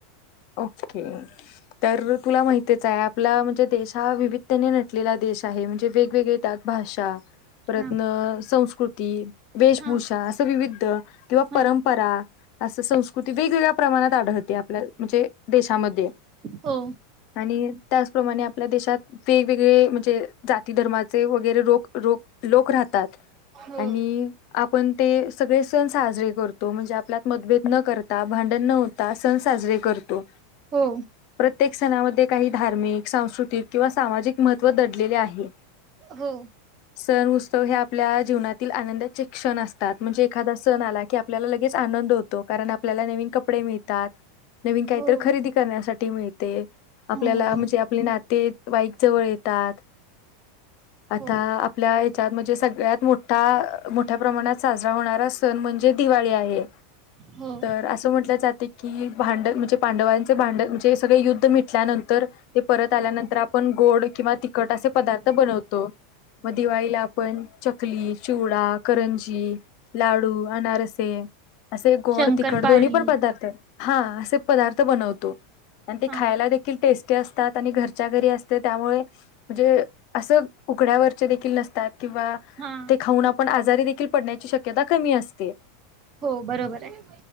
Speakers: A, on the left; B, on the right.
A: ओके तर तुला माहितीच आहे आपला म्हणजे देश हा विविधतेने नटलेला देश आहे. म्हणजे वेगवेगळे त्यात भाषा प्रयत्न
B: हा
A: संस्कृत ती वेशभूषा
B: हा
A: असं विविध किंवा
B: हा
A: परंपरा असं संस्कृती वेगवेगळ्या प्रमाणात आढळते आपल्या म्हणजे देशामध्ये
B: हो
A: आणि त्याचप्रमाणे आपल्या देशात वेगवेगळे म्हणजे जाती धर्माचे ते वगैरे रोक लोक राहतात
B: हो
A: आणि आपण ते सगळे सण साजरे करतो म्हणजे आपल्यात मतभेद न करता भांडण न होता सण साजरे करतो.
B: हो
A: प्रत्येक सणामध्ये काही धार्मिक सांस्कृतिक किंवा सामाजिक महत्त्व दडलेले आहे.
B: हो
A: सण उत्सव हे आपल्या जीवनातील आनंदाचे क्षण असतात. म्हणजे एखादा सण आला की आपल्याला लगेच आनंद होतो. कारण आपल्याला नवीन कपडे मिळतात. नवीन काहीतर
B: हो
A: खरेदी करण्यासाठी मिळते आपल्याला
B: हो
A: म्हणजे आपले नातेईक जवळ येतात. आता
B: हो
A: आपल्या त म्हणजे सगळ्यात मोठा मोठ्या प्रमाणात साजरा होणारा सण म्हणजे दिवाळी आहे.
B: हो
A: तर असं म्हटलं जात ते की- भांड म्हणजे पांडवांचे भांड म्हणजे सगळे युद्ध मिटल्यानंतर ते परत आल्यानंतर आपण गोड किंवा तिखट असे पदार्थ बनवतो मग दिवाळीला आपण चकली, चिवडा, करंजी, लाडू, अनारसे असे गोड
B: शंकरपाळी
A: तिखट दोन्ही पण पदार्थ आहे. हा. पदार्थ बनवतो. आणि ते
B: हा
A: खायला देखील टेस्टी. असतात आणि घरच्या घरी असते त्यामुळे म्हणजे असं उघड्यावरचे देखील नसतात. किंवा
B: हा
A: ते खाऊन पण आजारी देखील पडण्याची शक्यता कमी असते.
B: हो बरोबर आहे